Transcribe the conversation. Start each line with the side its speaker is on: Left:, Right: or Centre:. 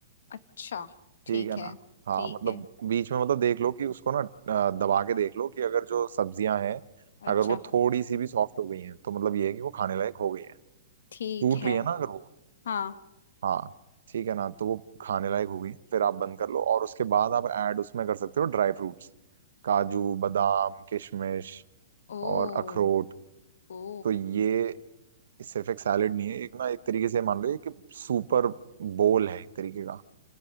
Left: अच्छा ठीक
Right: ठीक है
Left: है
Right: ना हाँ
Left: ठीक
Right: मतलब
Left: है
Right: बीच में मतलब देख लो कि उसको ना अ, दबा के देख लो कि अगर जो सब्जियां हैं
Left: अच्छा
Right: अगर वो थोड़ी सी भी सॉफ्ट हो गई हैं तो मतलब ये है कि वो खाने लायक हो गई है
Left: ठीक
Right: टूट
Left: है
Right: रही है ना अगर वो
Left: हाँ
Right: हाँ ठीक है ना तो वो खाने लायक हो गई है फिर आप बंद कर लो और उसके बाद आप ऐड उसमें कर सकते हो ड्राई फ्रूट्स काजू बादाम किशमिश
Left: ओ
Right: और अखरोट
Left: ओ
Right: तो ये सिर्फ एक सैलेड नहीं है एक ना एक तरीके से मान लो ये कि सुपर बोल है एक तरीके का